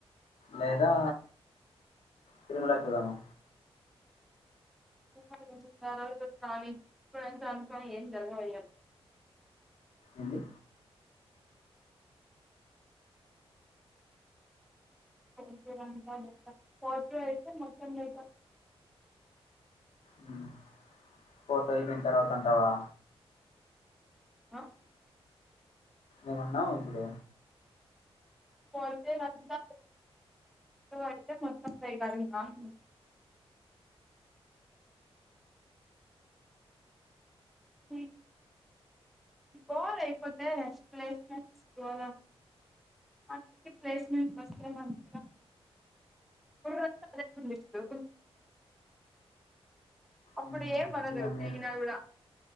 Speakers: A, on the left; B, in the centre.
A: లేదా తిరుమలకి పోదామా
B: ఇప్పటి నుంచి ఆలోచిస్తానే ఇప్పట్నించి అనుకో ఏం జరగవయ్య
A: అండి
B: <unintelligible> ఫోర్టు అయితే మొత్తం డేటా
A: ఉమ్మ్ పోతాయి దిని తర్వాత అంటావా
B: ఆ
A: ఏమన్నావ్ ఇప్పుడు
B: పోతే అంతా ఇవి అయితే మొత్తం పోయిగ ఇంకా అంటున్న అ ఈకోర్ అయిపోతే ప్లేస్మెంట్స్ గోల మంచి ప్లేస్మెంట్ వస్తే మంచిగా బుర్రంతా అదే ఉంది ఇప్పుడు అప్పుడు
A: ఉమ్,
B: ఎమనదు
A: ఇంకా
B: తిరిగినా
A: మీరు
B: కూడా